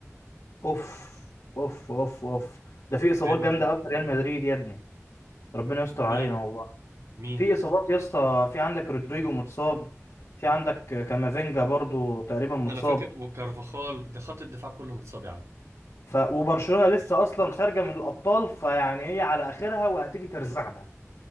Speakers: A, on the left (about 65°); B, on the right (about 70°).
A: اوف اوف اوف اوف ده في اصابات
B: ريال مدريد
A: جامده قوي في ريال مدريد يا ابني ربنا يستر علينا
B: مين
A: والله
B: مين
A: في اصابات يا اسطى في عندك رودريجو متصاب في عندك كامافينجا برضو تقريبا متصاب
B: انا فاكر وكارفاخال ده خط الدفاع كله متصاب يعني
A: ف... وبرشلونة لسه اصلا خارجة من الابطال فيعني هي على اخرها وهتيجي ترزعنا